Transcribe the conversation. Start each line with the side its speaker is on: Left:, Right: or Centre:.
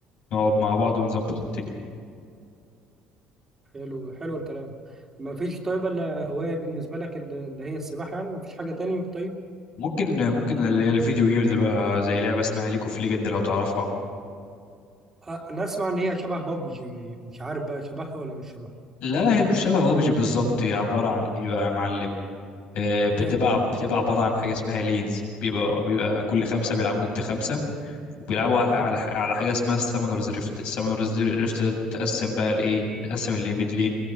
Left: نقعد مع بعض ونظبط الدنيا
Right: حلو حلو الكلام ما فيش طيب الا هواية بالنسبة لك ال- اللي هي السباحة يعني ما فيش حاجة تاني طيب
Left: ممكن ممكن اللي هي الفيديو جيمز بقى زي لعبه اسمها ليج اوف ليجند لو تعرفها
Right: ه- انا اسمع ان هي شبه بابجي مش عارف بقى شبهها ولا مش شبهها
Left: لا لا هي مش شبه بابجي بالظبط هي عبارة عن ايه بقى يا معلم آه، بتبقى
Right: ايه
Left: بتبقى عبارة عن حاجة اسمها لينز بيبقى بيبقى كل خمسة بيلعبوا ضد خمسة وبيلعبوا على
Right: اه
Left: على على حاجة اسمها السامونرز ريفت السامونرز ريفت ده بتقسم بقى لإيه بتقسم لميد لين